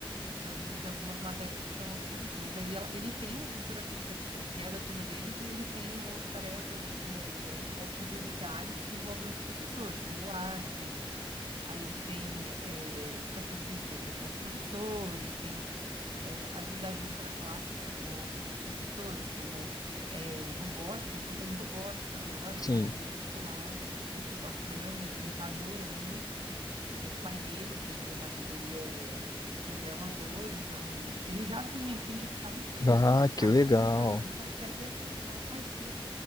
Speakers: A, on the right; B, on the left.
A: Então, tem algumas matérias que são dos professores, mas aí ela- ele tem uma professora fixa que, se- que é da turma deles e eles têm o- tarefas, né, e atividades complementares que envolvem outros professores, como artes. Aí eles têm é, educação física, que é com outros professores, tem é, atividades extraclasse, que são com, com outros professores, como é, robótica, eles estão tendo robótica agora,
B: sim.
A: que está na grade escolar, que eu acho super bacana, que ele está adorando. O pai dele, que é meu marido, ele é é programador, então ele já vinha aqui e já ficava em cima
B: Ah,
A: do pai dele. Pai,
B: que legal.
A: faz isso pra mim. Pai, quero ver aquilo. Pai, faz isso. aqui."